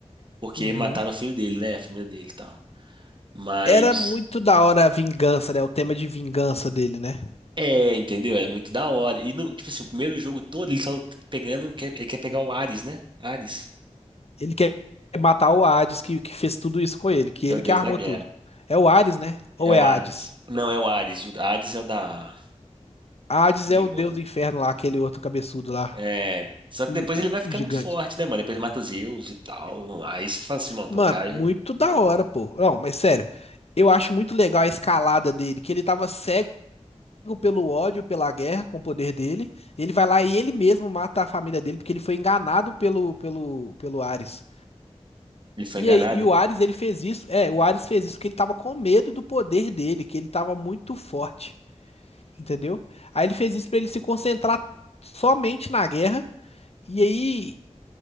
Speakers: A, on the right; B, on the left.
A: Porque
B: Uhum.
A: mataram o filho dele, né? A família dele e tal. Mas.
B: Era muito da hora a vingança, né? O tema de vingança dele, né?
A: É, entendeu? Era muito da hora. E, no- tipo assim, o primeiro jogo todo ele tá pegando. Quer, ele quer pegar o Ares, né? Ares,
B: Ele quer matar o Hades que, que fez tudo isso com ele, que
A: que
B: ele
A: é o deus
B: que armou
A: da guerra.
B: tudo. É o Hades, né? Ou
A: É o
B: é Hades?
A: Ares. Não, é o Ares. O Ares é o da.
B: Hades
A: submundo
B: é o deus do inferno lá, aquele outro cabeçudo lá.
A: É, só que
B: o,
A: depois ele vai
B: o
A: ficar
B: gigante.
A: muito forte, né, mano? Depois ele mata o Zeus e tal. Aí você fala assim, mano,
B: Mano,
A: pô, o cara
B: muito
A: já foi,
B: da
A: pulou.
B: hora, pô. Não, mas sério, eu acho muito legal a escalada dele, que ele tava cego pelo ódio, pela guerra com o poder dele. Ele vai lá e ele mesmo mata a família dele porque ele foi enganado pelo pelo pelo Ares.
A: Ele foi
B: E
A: enganado?
B: aí, e o Ares ele fez isso, é, o Ares fez isso porque ele tava com medo do poder dele, que ele tava muito forte, entendeu? Aí ele fez isso pra ele se concentrar somente na guerra. E aí